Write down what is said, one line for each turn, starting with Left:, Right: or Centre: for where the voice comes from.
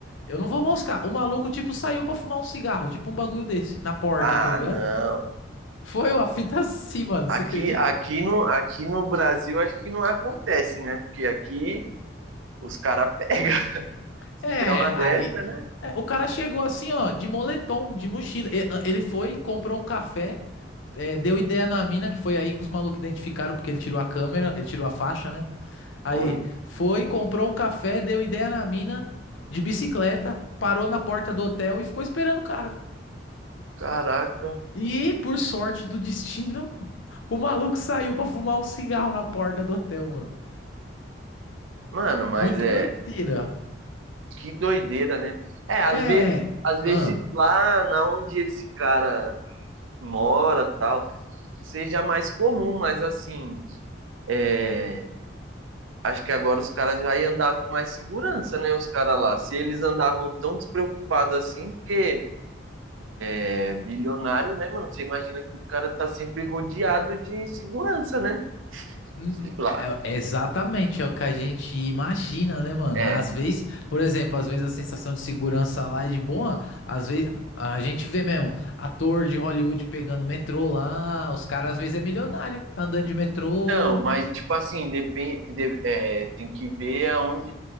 Left: eu não vou moscar. O maluco, tipo, saiu pra fumar um cigarro, tipo um bagulho desse, na porta,
Right: Ah,
Left: tá ligado?
Right: não.
Left: Foi uma fita assim, mano,
Right: Aqui,
Left: você acredita?
Right: aqui no, aqui no Brasil acho que não acontece, né? Porque aqui os caras pegam. <laughs> Se
Left: É,
Right: der uma dessa,
Left: aí.
Right: né?
Left: é, o cara chegou assim, ó, de moletom, de mochila. E- ah, Ele foi, comprou um café, é, deu ideia na mina, que foi aí que os malucos identificaram, porque ele tirou a câmera, ele tirou a faixa, né? Aí
Right: Olha,
Left: foi, comprou um café, deu ideia na mina, de bicicleta, parou na porta do hotel e ficou esperando o cara.
Right: caraca.
Left: E, por sorte do destino, o maluco saiu pra fumar um cigarro na porta do hotel, mano.
Right: Mano, mas
Left: Muito
Right: é
Left: doideira.
Right: que doideira, né? É, às
Left: É.
Right: vezes, às vezes
Left: ah,
Right: lá na onde esse cara mora, tal, seja mais comum, mas assim, é, acho que agora os caras vai andar com mais segurança, né? Os caras lá. Se eles andavam tão despreocupados assim, porque é bilionário, né, mano? Você imagina que o cara tá sempre rodeado de segurança, né?
Left: hum,
Right: Sei lá.
Left: é- é exatamente, é o que a gente imagina, né, mano?
Right: É,
Left: Mas às vezes, por exemplo, às vezes a sensação de segurança lá é de boa. Às vezes a gente vê mesmo ator de Hollywood pegando metrô lá. Os caras às vezes é milionário, tá andando de metrô.
Right: então, mas tipo assim, depende, de- é, tem que ver aonde,